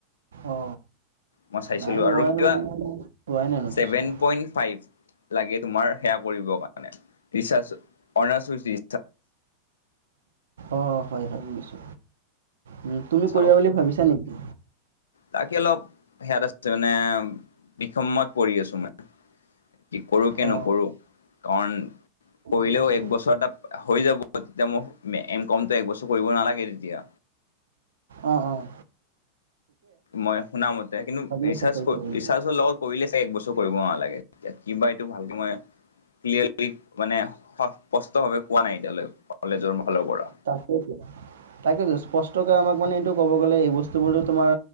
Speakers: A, on the right; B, on the left.
A: অ
B: মই চাইছিলোঁ
A: নাই
B: আৰু
A: মই
B: কিবা
A: মানে পোৱাই নাই এনে
B: ছেভেন
A: বস্তু
B: পইণ্ট ফাইভ লাগে তোমাৰ সেয়া কৰিব কাৰণে ৰিচাৰ্জ অনাৰ্চ উই
A: অ হয় হয় বুজিছো উ তুমি
B: চাও
A: কৰিবা বুলি ভাবিছা নেকি
B: তাকে অলপ সেয়াত আছে মানে বিষমত পৰি আছো মই কি কৰোঁ কি
A: অ
B: নকৰোঁ কাৰণ কৰিলেও
A: গম পাইছো
B: এক বছৰ এটা হৈ যাব তেতিয়া মই এম কমতো একবছৰ কৰিব নালাগে তেতিয়া
A: অঁ অঁ
B: মই শুনা মতে কিন্তু ৰিচাৰ্চ
A: আছা কৰিবা বুলি
B: ৰিচাৰ্চৰ লগত কৰিলে এক বছৰ কৰিব না লাগে তেতিয়া কিবা এইটো ভালকে মই ক্লিয়াৰলি মানে স স্পষ্ট ভাৱে কোৱা নাই এতিয়ালৈ কলেজৰ ফালৰ পৰা
A: তাকেইতো তাকেইতো স্পষ্ট তাকে আমাক মানে এইটো ক'ব গ'লে এই বস্তুবোৰত তোমাৰ